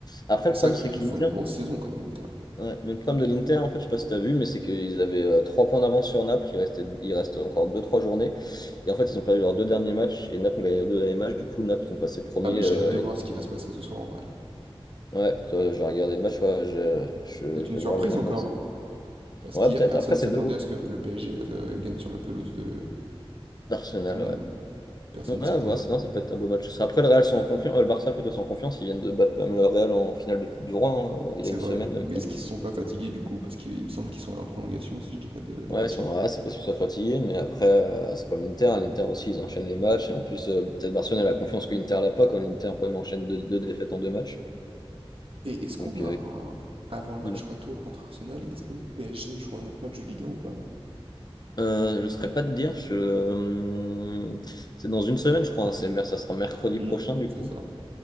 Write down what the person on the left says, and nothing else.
après,
le
problème,
c'est qu'Inter,
ouais, mais le problème de l'Inter, en fait, je sais pas si tu as vu, mais c'est qu'ils avaient euh, trois points d'avance sur Naples. Il restait, il reste encore deux, trois journées. Et en fait, ils ont perdu leurs deux derniers matchs, et Naples ont gagné leurs deux derniers matchs. Du coup, Naples sont passés premiers.
euh,
et l'Inter-
ouais, euh, j'ai regardé le match, ouais, je, je-
je
vais
voir le match.
Ouais,
Ouais,
peut-être.
Après, c'est
deux gros.
D'Arsenal,
ouais. Ouais,
à
voir, c'est- non, ça peut être un beau match. Après, le Real sont en confiance, euh, le Barça plutôt sont en confiance, ils viennent de battre quand même le Real en finale de Coupe du Roi, hein, euh, il
y a une
semaine même
pas.
Ouais,
ils sont, ouais, c'est possible qu'ils soient fatigués, mais après, euh, c'est comme l'Inter, hein, l'Inter aussi, ils enchaînent les matchs, et en plus, euh, peut-être Barcelone a la confiance que l'Inter l'a pas, comme l'Inter quand même enchaîne deux, deux défaites en deux matchs.
Donc,
euh,
dis-moi.
Euh, je ne saurais pas te dire, je... euh, c'est dans une semaine, je crois, hein, c'est mer- ça sera mercredi
prochain, du
coup.